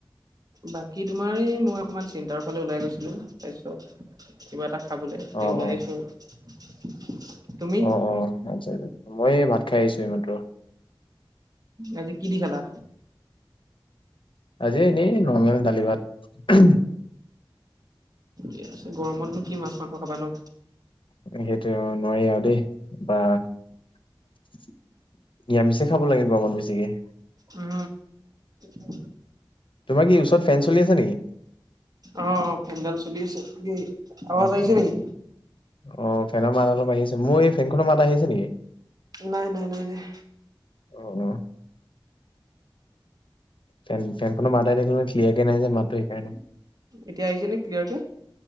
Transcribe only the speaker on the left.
অ
অ
অ অ আ মই ভাত খাই আহিছো এইমাএ
আজি এনেই নৰ্মেল দালি ভাত
সেইটোৱে নোৱাৰি আৰু দেই বা নিৰামিষে খাব লাগে গৰমত বেছিকে
তোমাৰ কি ওচৰত ফেন চলি আছে নেকি
অ
অ
অ ফেনৰ মাত অলপ আহি আছে মোৰ এই ফেনখনৰ মাত আহিছে নেকি
আহ ফেন ফেনখনৰ মাতাই থাকিলে ক্লিয়াৰ কে নাহে যে মাতটো সেইকাৰণে